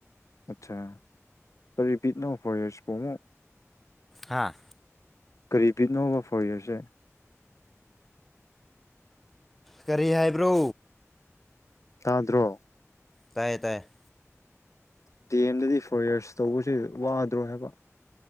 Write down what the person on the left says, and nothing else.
ꯑꯠꯆꯥꯥ ꯔꯤꯄꯤꯠ ꯅꯧ ꯐꯣꯔ ꯏꯔꯁ ꯐꯣ ꯑꯃꯨꯛ
ꯀꯔꯤ ꯄꯤꯅꯣꯕ ꯐꯣꯔ ꯌꯌꯔꯁꯦ
ꯇꯥꯗ꯭ꯔꯣ
ꯗꯤ ꯑꯦꯝꯗꯗꯤ ꯐꯣꯔ ꯌꯔꯁ ꯇꯧꯕꯁꯤ ꯋꯥꯗ꯭ꯔꯣ ꯍꯥꯏꯕ